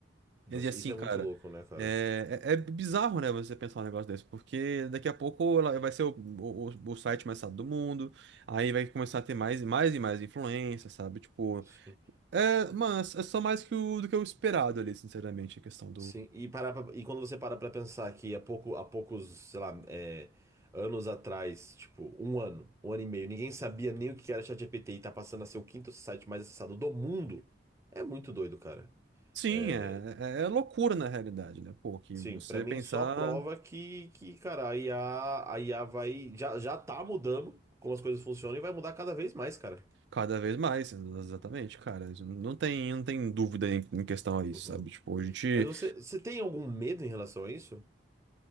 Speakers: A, on the right (about 15°); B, on the right (about 65°).
A: Nossa,
B: E assim,
A: isso é
B: cara,
A: muito louco, né, cara?
B: é, é, é bizarro, né, você pensar um negócio desse, porque daqui a pouco ela vai ser o, o, o site mais acessado do mundo, aí vai começar a ter mais e mais e mais influência, sabe? Tipo,
A: Sim,
B: é, mas é só mais que o, do que o esperado ali, sinceramente, a questão
A: sim. E, parar pra- e quando você para pra pensar que há pouco, há poucos, sei lá, é, anos atrás, tipo, um ano, um ano e meio, ninguém sabia nem o que era ChatGPT e tá passando a ser o quinto site mais acessado do mundo, é muito doido, cara.
B: Sim,
A: É,
B: é, é é loucura na realidade, né? Pô, que
A: Sim,
B: você
A: pra mim
B: pensar
A: só prova que, que cara, a IA, a IA vai. Já, já tá mudando como as coisas funcionam e vai mudar cada vez mais, cara.
B: cada vez mais, né? exatamente, cara. Isso Não tem, não tem dúvida em, em questão a isso,
A: Uhum.
B: sabe? Tipo, a gente,
A: Mas você, você tem algum medo em relação a isso?